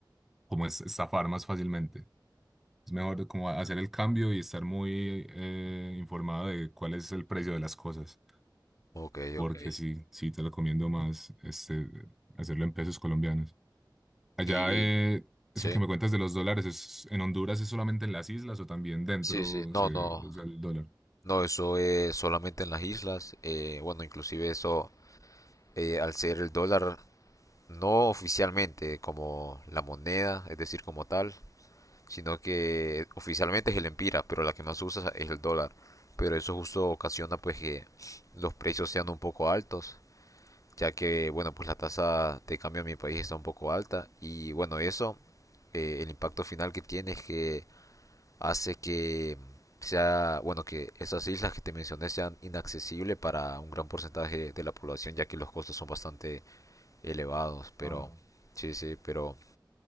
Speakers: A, in the centre; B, on the left (about 45°).
A: como es- estafar más fácilmente. Es mejor como hacer el cambio y estar muy eh, informado de cuál es el precio de las cosas,
B: ok,
A: porque
B: ok.
A: sí, sí te recomiendo más este, hacerlo en pesos colombianos. Allá,
B: Y
A: eh,
B: sí,
A: eso que me cuentas de los dólares, es, ¿en Honduras es solamente en las islas o también dentro
B: sí, sí. No,
A: se
B: no,
A: usa el dólar?
B: no, eso es solamente en las islas. eh, bueno, inclusive eso, eh, al ser el dólar no oficialmente como la moneda, es decir, como tal, sino que oficialmente es el empira, pero la que más usa es el dólar. Pero eso justo ocasiona pues que los precios sean un poco altos, ya que bueno, pues la tasa de cambio en mi país está un poco alta y bueno, eso eh, el impacto final que tiene es que hace que sea, bueno, que esas islas que te mencioné sean inaccesibles para un gran porcentaje de la población, ya que los costos son bastante elevados, pero
A: Ah,
B: sí, sí, pero,